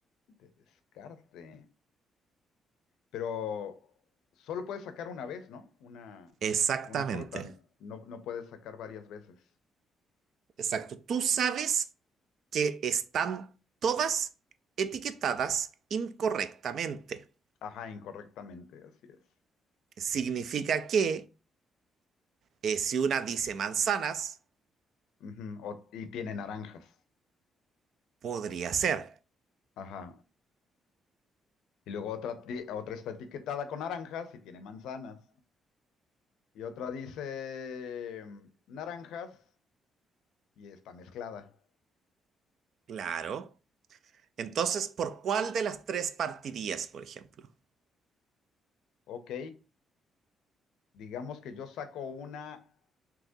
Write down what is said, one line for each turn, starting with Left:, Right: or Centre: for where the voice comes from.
Left: De descarte. Pero solo puedes sacar una vez, ¿no? Una,
Right: Exactamente.
Left: una fruta. No, no puedes sacar varias veces.
Right: Exacto. Tú sabes que están todas etiquetadas incorrectamente.
Left: Ajá, incorrectamente, así es.
Right: Significa que eh, si una dice manzanas,
Left: Ujú, o- y tiene naranjas.
Right: Podría ser,
Left: Ajá. Y luego otra, ti- otra está etiquetada con naranjas y tiene manzanas. Y otra dice mm, naranjas y está mezclada.
Right: claro. Entonces, ¿por cuál de las tres partirías, por ejemplo?
Left: Ok, digamos que yo saco una